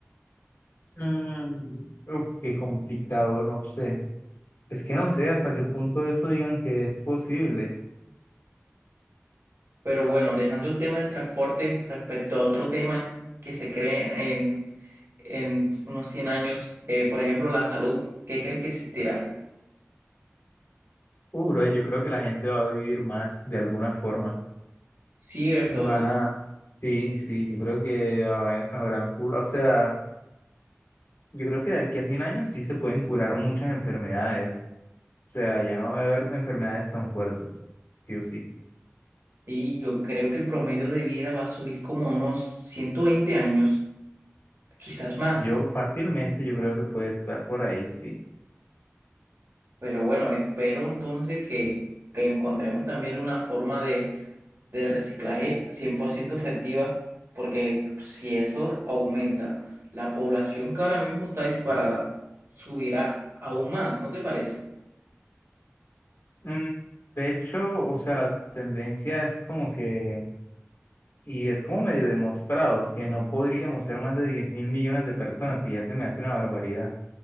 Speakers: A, on the left; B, on the right.
A: Mm, uf, qué complicado, no sé. Es que no sé hasta qué punto eso digan que es posible.
B: Pero bueno, dejando el tema del transporte respecto a otro tema que se cree en, en unos 100 años, eh, por ejemplo, la salud, ¿qué crees que existirá?
A: Uh, bro, yo creo que la gente va a vivir más de alguna forma.
B: Cierto,
A: Van
B: ¿verdad?
A: a, sí, sí, yo creo que ahora ya se sabrán curar, o sea, yo creo que de aquí a 100 años sí se pueden curar muchas enfermedades, o sea, ya no va a haber enfermedades tan fuertes, sí o sí.
B: Sí, yo creo que el promedio de vida va a subir como unos 120 años, quizás más.
A: Yo fácilmente yo creo que puede estar por ahí, sí.
B: Pero bueno, espero entonces que, que encontremos también una forma de, de reciclaje 100% efectiva, porque si eso aumenta, la población que ahora mismo está disparada subirá aún más, ¿no te parece?
A: Mm, De hecho, o sea, la tendencia es como que, y es como medio demostrado, que no podríamos ser más de diez mil millones de personas, que ya se me hace una barbaridad.